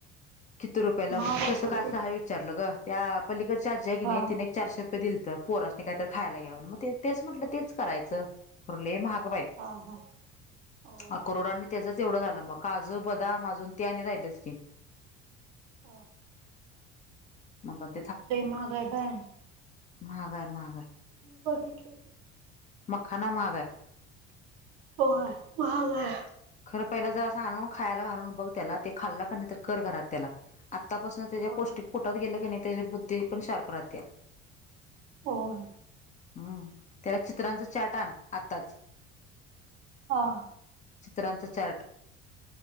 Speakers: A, on the left; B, on the right.
A: किती रुपयाला
B: महाग
A: म,
B: आहे
A: कसं
B: सोड
A: कासं
B: ते
A: आहे? विचारलं गं, त्या पलीकडच्या आजी हाय की
B: हा
A: नाही? तिने चारशे रुपये दिलत, पोरसनी काहीतरी खायला घ्याव, म ते तेच म्हंटलं तेच करायचं. पर लय महाग बाय,
B: हा हा होय
A: अक्रोड आन त्याचंच एवढं झालं, मग काजू, बदाम अजून ते आणि राहिलच की
B: हा
A: म्हणताना
B: ते महाग हाय, काय?
A: माहाग हाय, माहाग हाय
B: बघतील
A: मखाना, महाग आहे.
B: हो, हाय, महाग हाय
A: खरं पहिलं, जरासं आणून, खायला घालून बघ त्याला, ते खाल्लं का नाही, तर कर घरात त्याला. आत्तापासून त्याच्या
B: होय
A: पौष्टिक
B: होय
A: पोटात गेलं की नाही, त्याच्या बुद्धी पण शार्प रातीया
B: होय
A: हम्म, त्याला चित्रांच चाट आण, आत्ताच
B: हा
A: चित्रांच चार्ट